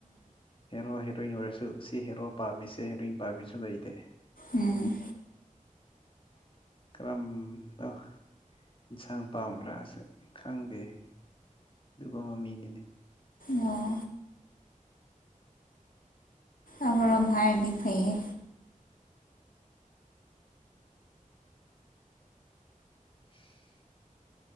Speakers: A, on the left; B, on the left.
A: ꯍꯦꯔꯣ ꯍꯦꯔꯣꯏꯟ ꯑꯣꯏꯔꯁꯨ ꯁꯤ ꯍꯦꯔꯣ ꯄꯥꯝꯃꯤꯁꯦ ꯍꯦꯔꯣꯏꯟ ꯄꯥꯝꯃꯤꯁꯨ ꯂꯩꯇꯦ
B: ꯎꯝ
A: ꯀꯔꯝ ꯑ ꯏꯟꯁꯥꯡ ꯄꯥꯝꯕ꯭ꯔꯥꯁꯨ ꯈꯪꯗꯦ ꯑꯗꯨꯒ ꯃꯃꯤꯅꯤꯅꯦ
B: ꯑꯣ ꯑꯔꯣ ꯚꯥꯏꯗꯤ ꯐꯩꯌꯦ
A: <unintelligible>